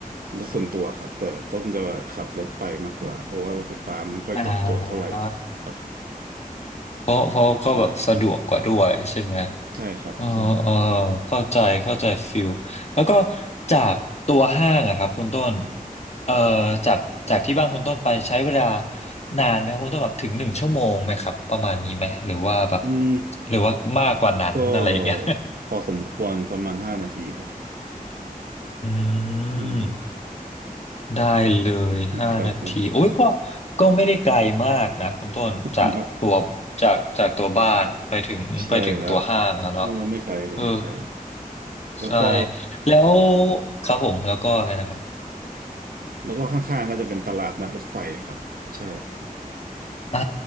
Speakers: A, on the right; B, on the left.
A: รถส่วนตัวครับแต่ต้องจะขับรถไปมากกว่าเพราะว่ารถไฟฟ้ามันไม่ค่อยตอบโจทย์เท่าไหร่
B: อ่า
A: ครับ
B: เพราะเพราะก็แบบสะดวกกว่าด้วยใช่ไหม
A: ใช่ใช่ครับใช่
B: เออเออเข้าใจเข้าใจฟิลแล้วก็จากตัวห้างอะครับคุณต้นเอ่อจากจากที่บ้านคุณต้นไปใช้เวลานานไหมครับคุณต้นแบบถึงหนึ่งชั่วโมงไหมครับประมาณนี้ไหมหรือว่าแบบ
A: อืม
B: หรือว่ามากกว่านั้นอะไรอย่างเงี้ย
A: ก็พอสมควรประมาณห้านาทีครับ
B: <laughs> อื
A: อืม
B: ม ได้เลยห้านาทีโอ้ยก็
A: ครับผม
B: ก็ไม่ได้ไกลมากนะคุณต้นจากตัวจากจากตัวบ้านไปถึงไปถึงตัวห้างอะเนาะ
A: ไมใช่ครับเออไม่ไกลเลยไม่ไกล
B: เออ
A: แล้วก็
B: ใช่แล้วครับผมแล้วก็อะไรนะครับ
A: แล้วก็ข้างๆก็จะเป็นตลาดนัดรถไฟครับใช่
B: อ่า